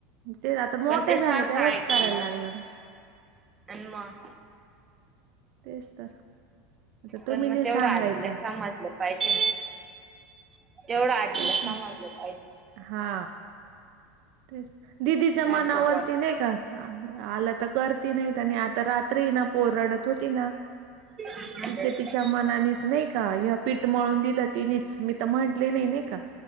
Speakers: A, on the right (about 60°); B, on the right (about 20°).
A: ते आता मोठ्या
B: पण ते
A: झाल्या
B: सारखं
A: तेव्हाच
B: ऐका
A: करायला लागलं.
B: आणि मग
A: तेच तर आता तुम्ही
B: पण मग
A: नाही
B: तेवढं
A: सांगायच्या
B: आजीला समजलं पाहिजे ना. तेवढं आधीला
A: तेच तर
B: समजलं पाहिजे.
A: हा तेच दिदीच्या
B: सारखं
A: मनावरती नाही का? आलं तर करती नाहीत आणि आता रात्री ना पोरडत होती ना
B: बोलायचं
A: तिचे तिच्या मनानेच नाही का पीठ मळून दिलं तिनेच मी तर म्हटले नाही. का